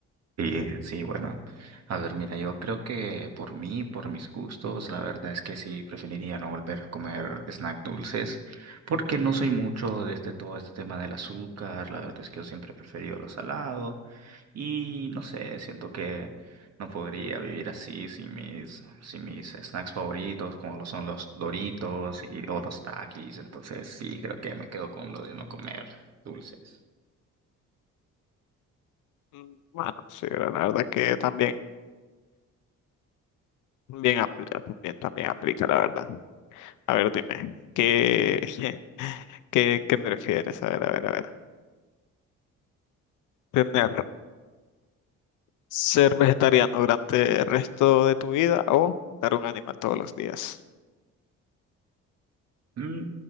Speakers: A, on the right; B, on the left.
A: Sí, sí, bueno. A ver, mira, yo creo que por mí, por mis gustos, la verdad es que sí preferiría no volver a comer snack dulces, porque no soy mucho de este todo este tema del azúcar, la verdad es que yo siempre he preferido lo salado y no sé, siento que no podría vivir así sin mis sin mis snacks favoritos, como lo son los Doritos y o los Takis, entonces sí, creo que me quedo con lo de no comer dulces.
B: Mm, Bueno, sí, la verdad que también, bien apl- también, también aplica, la verdad. A ver, dime, ¿qué, <laughs> qué, qué prefieres? A ver, a ver, a ver. ¿Tener ser vegetariano durante el resto de tu vida o dar un animal todos los días?
A: Mm,